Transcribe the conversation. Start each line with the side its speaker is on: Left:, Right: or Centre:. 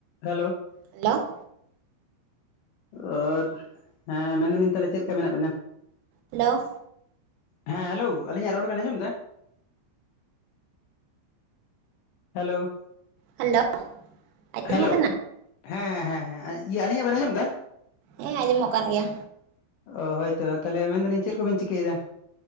Left: Hello
Right: hello
Left: ᱚ ᱦᱮᱸ ᱢᱮᱱᱫᱟᱞᱤᱧ ᱛᱟᱦᱚᱞᱮ ᱪᱮᱫ ᱞᱮᱠᱟ ᱢᱮᱱᱟᱜ ᱵᱮᱱᱟ?
Right: ᱦᱮᱞᱳ
Left: ᱦᱮᱸ ᱦᱮᱞᱳ ᱟᱹᱞᱤᱧᱟᱜ ᱨᱚᱲ ᱵᱮᱱ‌ ᱟᱡᱚᱢ ᱮᱫᱟ ᱦᱮᱞᱳ
Right: ᱦᱮᱞᱳ ᱟᱡᱚᱢᱚᱜ
Left: ᱦᱮᱞᱳ
Right: ᱠᱟᱱᱟ᱾
Left: ᱦᱮᱸ ᱦᱮ ᱦᱮᱸ ᱦᱮᱸ ᱤᱭᱟᱹ ᱟᱞᱤᱧᱟᱜ ᱵᱮᱱ ᱟᱸᱡᱚᱢ ᱮᱫᱟ᱾
Right: ᱦᱮᱸ ᱟᱸᱡᱚᱢᱚᱜ ᱠᱟᱱ ᱜᱮᱭᱟ᱾
Left: ᱚ ᱦᱳᱭᱛᱚ ᱛᱟᱦᱚᱞᱮ ᱢᱮᱱᱫᱟᱞᱤᱧ ᱪᱮᱫ ᱠᱚᱵᱮᱱ ᱪᱤᱠᱟᱹᱭᱮᱫᱟ?